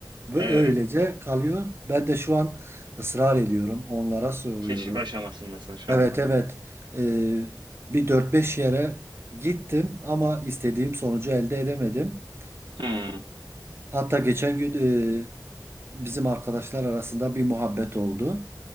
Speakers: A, on the right; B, on the right.
A: ve
B: Evet.
A: öylece kalıyor. Ben de şu an ısrar ediyorum, onlara soruyorum.
B: Keşif aşamasındasın şu
A: Evet
B: anda.
A: evet e, bir dört beş yere gittim ama istediğim sonucu elde edemedim.
B: Hmm.
A: Hatta geçen gün e, bizim arkadaşlar arasında bir muhabbet oldu.